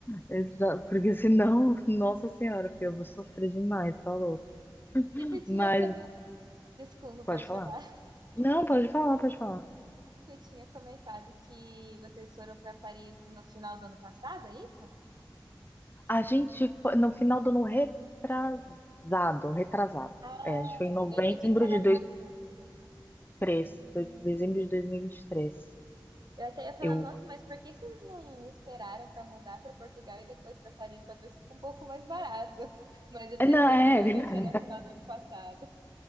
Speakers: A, on the left (about 25°); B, on the right (about 55°).
A: Exa- Porque senão, <laughs> nossa senhora, filho, eu vou sofrer demais, tá louco.
B: E tu
A: Mas,
B: tinha comido. Desculpa,
A: pode
B: pode
A: falar?
B: falar.
A: Não, pode falar, pode falar.
B: Você tinha comentado que vocês foram para Paris no final do ano passado, é isso?
A: A gente foi no final do ano retrasado, retrasado.
B: Ah,
A: É, a gente foi em novembro
B: eu entendi que era
A: de
B: passado.
A: 2023,
B: Hum,
A: dois- dezembro de dois mil e e vinte e três
B: Eu até ia falar,
A: Eu.
B: nossa, mas por que vocês não esperaram para mudar para Portugal e depois para Paris? Talvez fique um pouco mais barato. <laughs> Mas eu
A: É,
B: pensei
A: Não, é,
B: que realmente era
A: <laughs>
B: final do ano passado.